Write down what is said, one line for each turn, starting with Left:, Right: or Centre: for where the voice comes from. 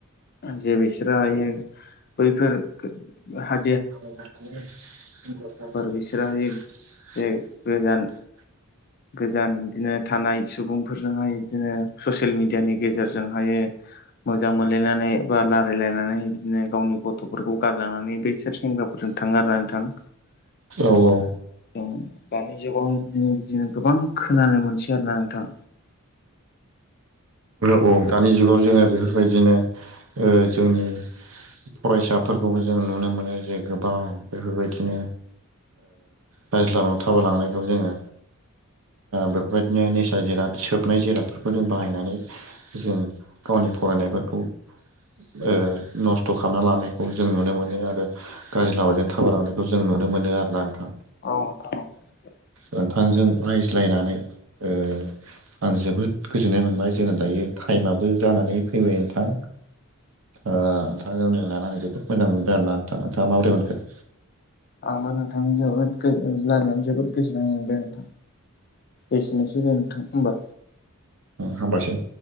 Left: जे बिसोरो हायो बैफोर हा
Right: <unintelligible>
Left: बिसोरहाय बे गोजान गोजान बिदिनो थानाय सुबुंफोरजोंहाय बिदिनो ससियेल मिडियानि गेजेरजोंहायो मोजां मोनलायनानै बा रायलायलायनानै बिदिनो गावनि गथफोरखौ गारलांनानै बसोर सेंग्राफोरजों थ थांगारा नोंथां
Right: औ औ
Left: जों दानि जुगावहाय बिदिनो बिदिनो गोबां खोनानो मोनसै आरोोना नोंथां
Right: औ दानि जुगाव जोङो बेफोरबायदिनो जोंनि फरायसाफोरखौबो जों नुनो मोनो जे गोबां बेफोरबायदिनो बायज्ल थाबायलांनायखौ जोङो बेफोरबायदिनो नेचारेल जिराद सोबनाय जिरादफोरखौ जों बाहायनानै जों गावनि फरायनायफोरखौ। ओ नस्थ' खालामना लानायखौ जों नुनो मोनो आरो गाज्रि लामाजों थां लानायखौ जों- नुनो मोनो आरो ना नोथां।
Left: औ नोंथां औ।
Right: ओ नथांजों रायज्लायनानै- ओ आं जोबोद गोजोननाय मोनबाय जोङो दायो थाइमाबो जानानै फैबाय नोंथां।
Left: <inaudible>
Right: ओ नोंथांजों लानानै जोबोद मोजां मोनबाय आरो ना नोंथां नोंथाङा माबोरै मोनखो?
Left: आंबो नोंथां जोबोद गोजो लायरायनानै जोबोद गोजोननाय मोनबाय आरो- एसेनोसै नोंथां ओमबा।
Right: हामबायसै।